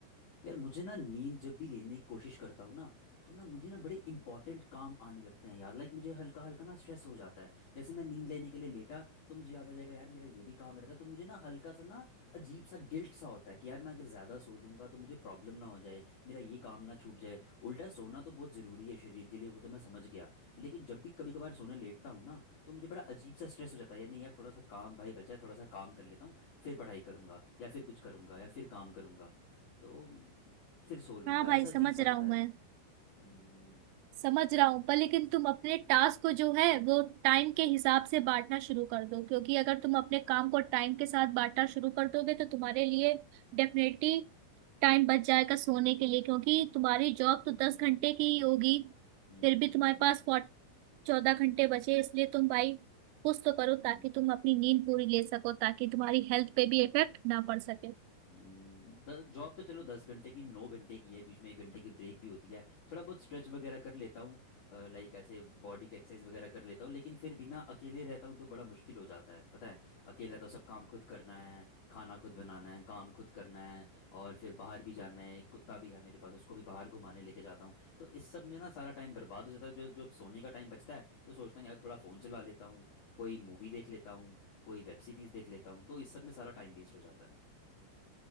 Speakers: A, on the left; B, on the right.
A: यार मुझे ना नींद जब भी लेने की कोशिश करता हूँ ना तो ना मुझे ना बड़े इंपॉर्टेंट काम आने लगते हैं यार लाइक मुझे हल्का हल्का ना स्ट्रेस हो जाता है जैसे मैं नींद लेने के लिए लेटा तो मुझे याद आ जाएगा यार मेरा ये भी काम रहता है तो मुझे ना हल्का सा ना अजीब सा गिल्ट सा होता है कि यार मैं अगर ज़्यादा सो लूंगा तो मुझे प्रॉब्लम ना हो जाए मेरा ये काम ना छूट जाए उल्टा सोना तो बहुत ज़रूरी है शरीर के लिए वो तो मैं समझ गया लेकिन जब भी कभी कभार सोने लेटता हूँ ना तो मुझे बड़ा अजीब सा स्ट्रेस हो जाता है यार नहीं यार थोड़ा सा काम भाई बचा है थोड़ा सा काम कर लेता हूँ फिर पढ़ाई करूंगा या फिर कुछ करूंगा या फिर काम करूंगा तो फिर सो लूंगा
B: हाँ भाई
A: ऐसा
B: समझ
A: अजीब सा
B: रहा
A: लगता
B: हूँ
A: है
B: मैं
A: हम्म
B: समझ
A: तो
B: रहा हूँ पर लेकिन तुम अपने टास्क को जो है वो टाइम के हिसाब से बांटना शुरू कर दो क्योंकि अगर तुम अपने काम को टाइम के साथ बांटना शुरू कर दोगे तो तुम्हारे लिए डेफिनेटली टाइम बच जाएगा सोने के लिए क्योंकि तुम्हारी जॉब
A: हम्म
B: तो दस घंटे की ही होगी
A: हम्म
B: फिर भी तुम्हारे पास फोर्ट चौदह घंटे बचे इसलिए तुम भाई कुछ तो करो
A: हम्म,
B: ताकि तुम अपनी नींद पूरी ले सको ताकि तुम्हारी हेल्थ पे भी इफेक्ट ना पड़ सके
A: जॉब तो चलो दस घंटे की नौ घंटे की है बीच में एक घंटे की ब्रेक भी होती है थोड़ा बहुत स्ट्रेच वगैरह कर लेता हूँ लाइक ऐसे बॉडी की एक्सरसाइज वगैरह कर लेता हूँ लेकिन फिर भी ना अकेले रहता हूँ तो बड़ा मुश्किल हो जाता है पता है अकेले रहता हूँ सब काम खुद करना है खाना खुद बनाना है काम खुद करना है और फिर बाहर भी जाना है एक कुत्ता भी है मेरे पास उसको भी बाहर घुमाने लेके जाता हूँ तो इस सब में ना सारा टाइम बर्बाद हो जाता है जो जो सोने का टाइम बचता है तो सोचता हूँ यार थोड़ा फ़ोन चला लेता हूँ कोई मूवी देख लेता हूँ कोई वेब सीरीज़ देख लेता हूँ तो इस सब में सारा टाइम वेस्ट हो जाता है